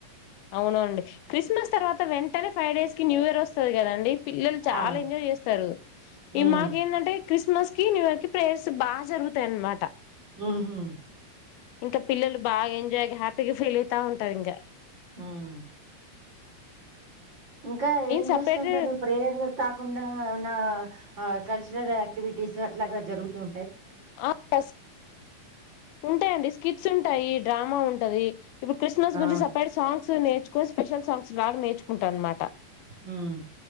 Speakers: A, on the left; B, on the right.
A: అవునండి క్రిస్మస్ తర్వాత వెంటనే ఫైవ్ డేస్ కి న్యూ ఇయర్ వస్తాది కదండి పిల్లలు చాలా
B: ఆ!
A: ఎంజాయ్ చేస్తారు
B: హ్మ్.
A: ఈ మాకేందంటే క్రిస్మస్ కి న్యూ ఇయర్ కి ప్రేయర్స్ బాగా జరుగుతాయన్నమాట
B: మ్మ్ హూ
A: ఇంకా పిల్లలు బాగా ఎంజాయ్ గా హ్యాపీగా ఫీల్ టా ఉంటామింకా
B: హ్మ్. ఇంకా ఏం
A: సపరేట్
B: చేస్తుంటారు ప్రేయర్ కాకుండా ఏ నా ఆ కల్చరల్ యాక్టివిటీస్ అట్లాగా జరుగుతుం
A: ఆ ఎస్ ఉంటాయండి, స్కిట్స్ ఉంటాయి. డ్రామా ఉంటది, ఇప్పుడు క్రిస్మస్ గురించి
B: ఆ!
A: సపరేట్ సాంగ్స్ నేర్చుకొని స్పెషల్ సాంగ్స్ లాగా నేర్చుకుంటాా అనమాట
B: హ్మ్.